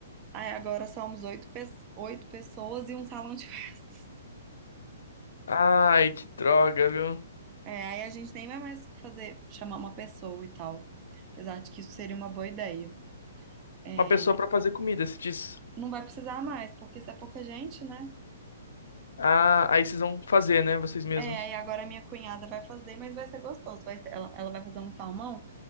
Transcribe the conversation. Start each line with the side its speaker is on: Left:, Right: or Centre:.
Right: Aí agora somos oito, pe- oito pessoas e um salão de <laughs> festas.
Left: Ai, que droga, viu?
Right: É, aí a gente nem vai mais fazer, chamar uma pessoa e tal. Apesar de que isso seria uma boa ideia. É,
Left: Uma pessoa pra fazer comida, se diz.
Right: não vai precisar mais, porque se é pouca gente, né?
Left: Ah, aí vocês vão fazer, né? Vocês mesmos.
Right: É, e agora a minha cunhada vai fazer, mas vai ser gostoso. Vai ser- ela, ela vai fazer um salmão,